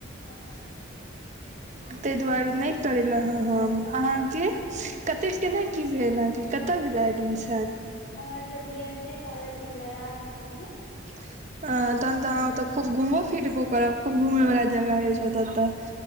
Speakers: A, on the left (about 50°); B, on the right (about 35°).
A: अच्छा
B: ताहि दुआरे नहि करेल हम अहाँके कते केना की भेल अहाँकेँ कतय भेले एडमिशन
A: हमर त भी एस जी कॉलेज भेले राजनगर मे
B: <inaudible> अ तहन तऽ अहाँ ओतऽ खूब घुमबो फिरबो करब खूब घूमेय वला जगह हइ छै ओतऽ तऽ